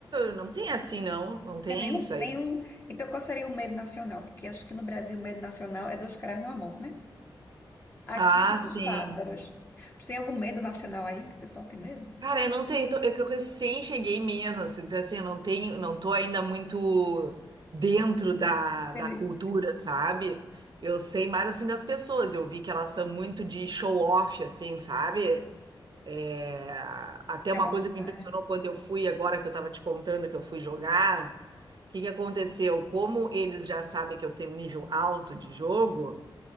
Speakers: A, on the right; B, on the left.
A: não tem assim, não. Não tem
B: Tem nenhum,
A: isso
B: nenhum.
A: aí.
B: Então, qual seria o medo nacional? Porque acho que no Brasil o medo nacional é dois caras numa moto, né? Aqui
A: Ah,
B: são
A: sim.
B: os pássaros. Tem algum medo nacional aí que o pessoal tem medo?
A: Cara, eu não sei, eu, tô- eu, que eu recém cheguei mesmo, assim, então assim, eu não tenho, não tô ainda muito dentro da,
B: Entendi.
A: da cultura, sabe? Eu sei mais assim das pessoas, eu vi que elas são muito de show off, assim, sabe? É, até
B: De
A: uma
B: amostrar.
A: coisa que me impressionou quando eu fui, agora que eu estava te contando que eu fui jogar, o que que aconteceu? Como eles já sabem que eu tenho um nível alto de jogo,